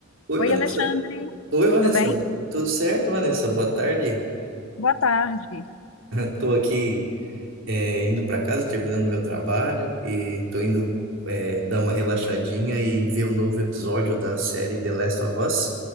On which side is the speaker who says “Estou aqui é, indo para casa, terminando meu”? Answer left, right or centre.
Right